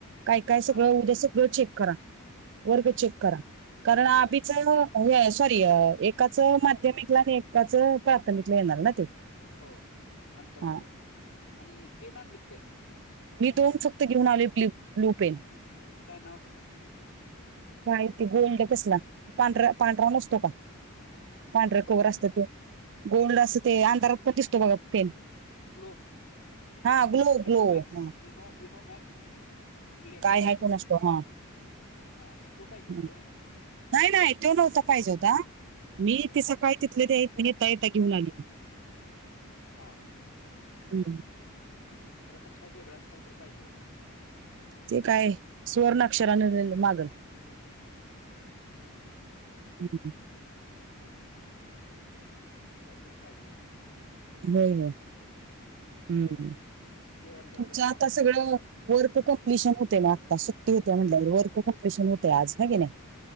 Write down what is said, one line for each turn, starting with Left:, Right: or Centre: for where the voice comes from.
Right: काय काय सगळं
Left: हा
Right: उद्या सगळं चेक करा. वर्ग चेक करा करणार
Left: बर
Right: अ. सॉरी एकाच माध्यमिकला आणि एकाच प्राथमिकला येणार ना ते.
Left: हो अंतो आणतो
Right: हा
Left: आणि पेन आणलेत काय.
Right: मी दोन फक्त घेऊन आलो लूपेन.
Left: कायनाव.
Right: काय ते गोल्ड कसला पांढरा पांढरा नसतो का पांढर
Left: पांढरा
Right: कवर असतं ते. गोल्ड असं ते अंधारात पण तिसतो बघा पेन.
Left: ग्लोब.
Right: हा ग्लो
Left: यनोमॅक्स
Right: ग्लो हा
Left: युनोमॅक्स ग्लेट्रॉन.
Right: काय आहे कोण असतो हा
Left: हा तू पाहिजे
Right: हं.
Left: होत वय.
Right: नाही नाही तो नव्हता पाहिजे होता
Left: मग
Right: मी तिसं काय तिथले ते येत नाही येता येता घेऊन आली.
Left: हां.
Right: हम्म.
Left: त्याला कसला वेगळाच काहीत पाहिजे होता.
Right: ते काय स्वर्णक्षरने मागल. हम्.
Left: हम्म. काहीत पाहिजे होतं त्याला.
Right: होय होय हम्
Left: बर जेवायला काय
Right: तुमचं
Left: करणार
Right: आता
Left: आहे
Right: सगळं. वर्क कंप्लिशन होते ना आत्ता सुट्टी होते म्हटल्या वर् कं्प्िशन होते आज कागे नाही.